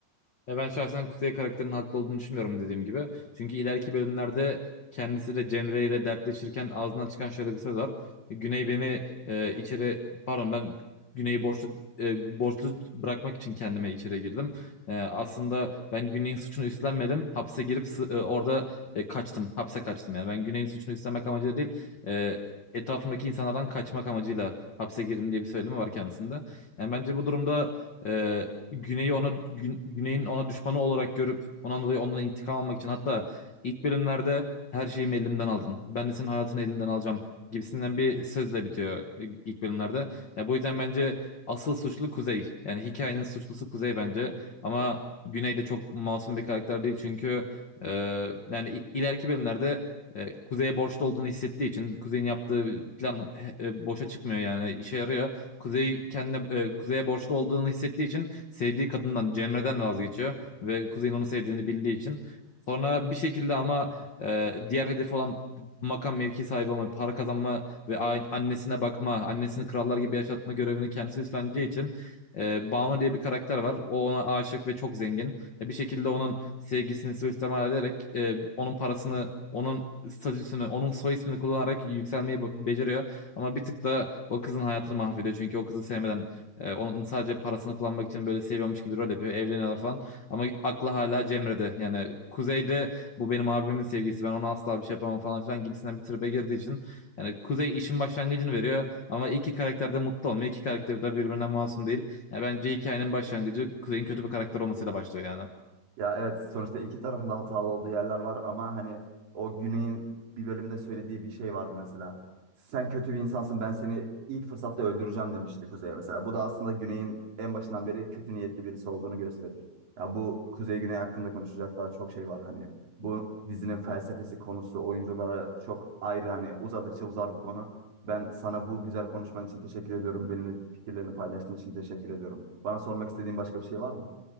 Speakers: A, on the left; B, on the right.
A: Ya ben şahsen Kuzey karakterinin haklı olduğunu düşünmüyorum dediğim gibi. Çünkü ileriki bölümlerde kendisiyle Cemre ile dertleşirken ağzından çıkan şöyle bir söz var. Güney beni e, içeri pardon ben Güney'i borçlu e, borçlu bırakmak için kendime içeri girdim. E, aslında ben Güney'in suçunu üstlenmedim. Hapse girip sı- e, orada e, kaçtım. Hapse kaçtım yani. Ben Güney'in suçunu üstlenmek amacıyla değil. E, etrafımdaki insanlardan kaçmak amacıyla hapse girdim diye bir söylemi var kendisinde. Yani bence bu durumda e, Güney'i ona Gün- Güney'in ona düşmanı olarak görüp ondan dolayı ondan intikam almak için hatta ilk bölümlerde her şeyimi elimden aldın. Ben de senin hayatını elinden alacağım gibisinden bir sözle bitiyor e, ilk bölümlerde. Ya bu yüzden bence asıl suçlu Kuzey. Yani hikayenin suçlusu Kuzey bence. Ama Güney de çok masum bir karakter değil çünkü e, yani i- ileriki bölümlerde e, Kuzey'e borçlu olduğunu hissettiği için Kuzey'in yaptığı plan e, e, boşa çıkmıyor yani işe yarıyor. Kuzey kendine e, Kuzey'e borçlu olduğunu hissettiği için sevdiği kadından Cemre'den vazgeçiyor ve Kuzey'in onu sevdiğini bildiği için Sonra bir şekilde ama e, diğer hedefi olan makam mevki sahibi olma, para kazanma ve a- annesine bakma, annesini krallar gibi yaşatma görevini kendisi üstleneceği için e, Banu diye bir karakter var. O ona aşık ve çok zengin. E, bir şekilde onun sevgisini suistimal ederek e, onun parasını, onun statüsünü, onun soy ismini kullanarak yükselmeyi be- beceriyor. Ama bir tık da o kızın hayatını mahvediyor. Çünkü o kızı sevmeden e, onun sadece parasını kullanmak için böyle seviyormuş gibi rol yapıyor. Evleniyorlar falan. Ama aklı hala Cemre'de. Yani Kuzey'de bu benim abimin sevgisi. Ben ona asla bir şey yapamam falan filan gibisinden bir tribe girdiği için. Yani Kuzey işin başlangıcını veriyor. Ama iki karakter de mutlu olmuyor. İki karakter de birbirinden masum değil. Yani bence hikayenin başlangıcı Kuzey'in kötü bir karakter olmasıyla başlıyor yani.
B: Ya evet sonuçta iki tarafında hatalı olduğu yerler var ama hani o Güney'in bir bölümde söylediği bir şey vardı mesela. Sen kötü bir insansın ben seni ilk fırsatta öldüreceğim demişti Kuzey'e mesela. Bu da aslında Güney'in en başından beri kötü niyetli birisi olduğunu gösterir. Ya bu Kuzey Güney hakkında konuşacak daha çok şey var. Hani bu dizinin felsefesi konusu oyunculara çok ayrı hani uzadıkça uzar bu konu. Ben sana bu güzel konuşman için teşekkür ediyorum. Benimle fikirlerini paylaştığın için teşekkür ediyorum. Bana sormak istediğin başka bir şey var mı?